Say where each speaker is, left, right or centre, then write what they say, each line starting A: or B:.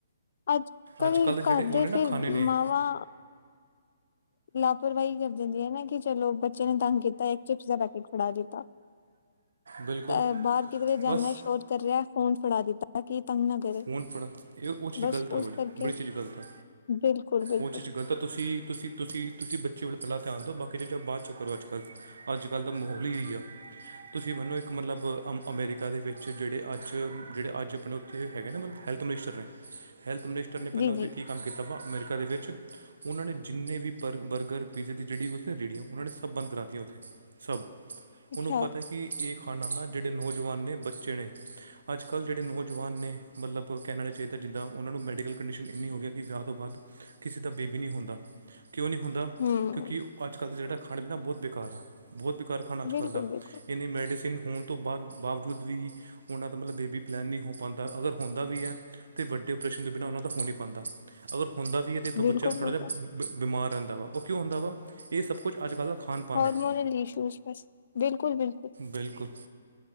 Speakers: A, on the left; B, on the right.
A: ਅੱਜ-ਕੱਲ
B: ਅੱਜ ਕੱਲ੍ਹ ਜਿਹੜੇ
A: ਘਰ
B: ਉਹਨੇ
A: ਦੇ
B: ਨਾ
A: ਫੇਰ
B: ਖਾਣੇ ਨੇ
A: ਮਾਵਾਂ ਲਾਪਰਵਾਈ ਕਰ ਦਿੰਦੀਐਂ ਨਾ ਕਿ ਚਲੋ ਬੱਚੇ ਨੇ ਤੰਗ ਕੀਤਾ ਏੱਕ ਚਿਪਸ ਦਾ ਪੈਕੇਟ ਫੜਾ ਦਿੱਤਾ।
B: ਬਿਲਕੁਲ
A: ਐ ਬਾਰ ਕਿਧਰੇ ਜਾਨੈ
B: ਬਸ
A: ਸ਼ੋਰ ਕਰ ਰਿਐ ਫੋਨ ਫੜਾ ਦਿੱਤਾ ਕਿ ਤੰਗ ਨਾ ਕਰੇ
B: ਫੋਨ ਫੜਾ, ਏ ਓ ਚੀਜ
A: ਬਸ
B: ਗਲਤ ਆ
A: ਉਸ
B: ਬੜੀ,
A: ਕਰਕੇ
B: ਬੜੀ ਚੀਜ ਗਲਤ ਆ।
A: ਬਿਲਕੁਲ ਬਿਲਕੁਲ
B: ਓ ਚੀਜ ਗਲਤ ਆ ਤੁਸੀ, ਤੁਸੀਂ‌ ਤੁਸੀ, ਤੁਸੀ ਬੱਚੇ ਵੱਲ ਪੈਲਾਂ ਧਿਆਨ ਦਿਉ ਬਾਕੀ ਚੀਜਾਂ ਬਾਦ 'ਚ ਕਰੋ ਅੱਜ-ਕੱਲ। ਅੱਜ-ਕੱਲ ਦਾ ਮਹੋਲ ਈ ਏ ਈ ਆ। ਤੁਸੀਂ ਮੰਨੋ ਇੱਕ ਮਤਲਬ ਅ ਅਮ ਅਮੈਰੀਕਾ ਦੇ ਵਿੱਚ ਜੇੜੇ ਅੱਜ ਜੜੇ ਅੱਜ ਆਪਨੇ ਓ ਥੇ ਹੈਗੇ ਨੇ ਮਤਲਬ ਹੈਲਥ ਮਨਿਸਟਰ ਨੇ, ਹੈਲਥ ਮਨਿਸਟਰ ਨੇ ਪੈਲੋਂ
A: ਜੀ
B: ਓਥੇ
A: ਜੀ
B: ਕੀ ਕੰਮ ਕੀਤਾ ਵਾ ਅਮੈਰੀਕਾ ਦੇ ਵਿੱਚ ਓਨਾਂ ਨੇ ਜਿੰਨੇ ਵੀ ਪਰ ਬਰਗਰ, ਪੀਜ਼ੇ ਦੀ ਜੜੀ ਵੀ ਓਥੇ ਰੇੜੀਆਂ, ਓਨਾਂ ਨੇ ਸਭ ਬੰਦ ਕਰਾਤੀਆਂ ਓਥੇ। ਸਭ।
A: ਅੱਛਾ
B: ਓਨੂੰ ਪਤੈ ਕਿ ਏ ਖ਼ਾਨਾ ਨਾ ਜੜੇ ਨੌਜਵਾਨ ਨੇ ਬੱਚੇ ਨੇ ਅੱਜ-ਕੱਲ ਜੜੇ ਨੌ ਜਵਾਨ ਨੇ ਮਤਲਬ ਕੈਨਾ ਨੀ ਚਾਈਦਾ ਜਿੱਦਾਂ ਓਨਾਂ ਨੂੰ ਮੈਡੀਕਲ ਕੰਡੀਸ਼ਨ ਏਨੀਂ ਹੋ ਗਿਆ ਕਿ ਵਿਆ ਤੋਂ ਬਾਦ ਕਿਸੇ ਦਾ ਬੇਬੀ ਨੀ ਹੁੰਦਾ ਕਿਓਂ ਨੀ ਹੁੰਦਾ
A: ਹੂੰ
B: ਕਿਓਂਕਿ ਓ ਅੱਜ-ਕੱਲ ਦਾ ਜੜਾ ਖਾਣਾ ਪੀਣਾ ਬੋਤ ਬੇਕਾਰ ਆ, ਬੋਹੋਤ ਬੇਕਾਰ ਖਾਣਾ ਅੱਜ-ਕੱਲ
A: ਬਿਲਕੁਲ
B: ਦਾ।
A: ਬਿਲਕੁਲ
B: ਏਨੀਂ ਮੈਡੀਸਿਨ ਹੋਨ ਤੋਂ ਬਾਦ ਬਾਵਜੂਦ ਵੀ ਓਨਾਂ ਦਾ ਮਤਲਬ ਬੇਬੀ ਪਲੈਨ ਨੀ ਹੋ ਪਾਂਦਾ। ਅਗਰ ਹੁੰਦਾ ਵੀ ਐ ਤੇ ਵੱਡੇ ਓਪਰੇਸ਼ਨ ਦੇ ਬਿਨਾਂ ਓਨਾਂ ਦਾ ਹੋ ਨੀ ਪਾਂਦਾ। ਅਗਰ ਹੁੰਦਾ ਵੀ ਏ ਤੇ ਏੱਥੋ
A: ਬਿਲਕੁਲ
B: ਬੱਚਾ ਥੋੜਾ
A: ਬਿਲਕੁਲ
B: ਜਿਆ ਬਿ ਬਿਮਾਰ ਰੈਂਦਾ ਵਾ। ਓ ਕਿਓਂ ਹੁੰਦਾ ਵਾ, ਏ ਸਭ ਕੁੱਛ ਅੱਜ-ਕੱਲ ਦਾ ਖਾਣ ਪਾਣ
A: ਹੋਰਮੋਨਲ
B: ਹੈ
A: ਇਸ਼ੂਜ਼ ਬਸ। ਬਿਲਕੁਲ-ਬਿਲਕੁਲ।
B: ਬਿਲਕੁਲ।